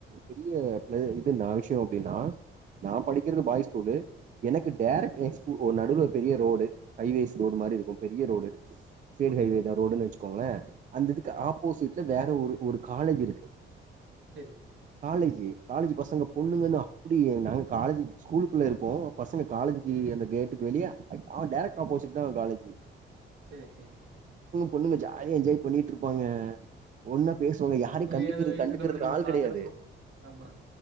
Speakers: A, on the right; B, on the right.
A: பெரிய பிளே இது நாலு விஷ்யோ அப்டினா நா படிக்கிறது பாய் ஸ்கூலு எனக்கு டேரக்ட் எக்ஸ்பு நடுல பெரிய ரோடு ஹைவேஸ் ரோடு மாரி இருக் கு பெரிய ரோடு சேது
B: ஓகே.
A: ஹைவே தான் ரோடுன்னு வச் கோங்ளே அந்த இதுக்கு ஆப்போசிட் ல வேற ஒரு ஒரு காலேஜ் இருக்கு
B: சரி
A: காலேஜு காலேஜ் பசங்க பொண்ணுங்கன்னு அப்டி நாங்க காலேஜு ஸ்கூலுக்குள்ள இருப்போம் பசங்க காலேஜுக்கு அந்த கேட்டுக்கு வெளிய அவன் டேரக்ட் ஆப்போசிட் தான் காலேஜ்
B: சரி
A: பொண்ணுங்க ஜாலியா என்ஜாய் பண்ணிட்டு இருப்பாங்க ஒன்னா பேசுவாங்க யாரையும்
B: புரியாத
A: கண்டிக்கிறது
B: வயசு
A: கண்டுக்கறதுக்கு
B: நம்மளுக்கு அப்டி
A: ஆள் கிடையாது
B: பாக்குறப்போ ஆமா